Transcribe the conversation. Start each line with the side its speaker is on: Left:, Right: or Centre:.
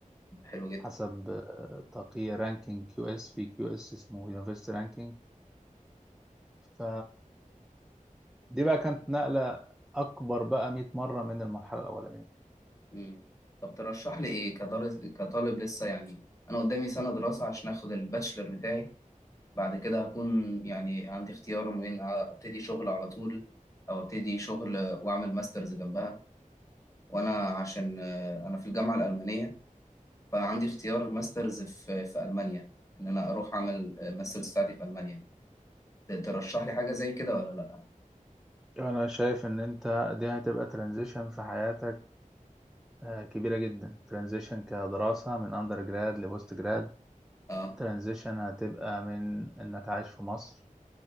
Left: حلو جدا
Centre: حسب آه، تقييم رانكينج كيو اس في كيو اس اسمه يونيفرسيتي رانكينج ف دي بقى كانت نقلة أكبر بقى 100 مرة من المرحلة الأولانية
Left: امم طب ترشح لي ايه كدرس كطالب لسه يعني انا قدامي سنة دراسة عشان اخد الباتشلر بتاعي بعد كده هكون يعني عندي اختيار ما بين ابتدي شغل على طول او ابتدي شغل واعمل ماسترز جنبها وانا عشان آه، انا في الجامعه الالمانيه فعندي اختيار ماسترز في في المانيا ان انا اروح اعمل آه، ماسترز بتاعتي في المانيا ت- ترشح لي حاجه زي كده ولا لا
Centre: أنا شايف إن أنت دي هتبقى ترانزيشن في حياتك آه، كبيرة جدا ترانزيشن كدراسة من أندر جراد لبوست جراد
Left: اه
Centre: ترانزيشن هتبقى من إنك عايش في مصر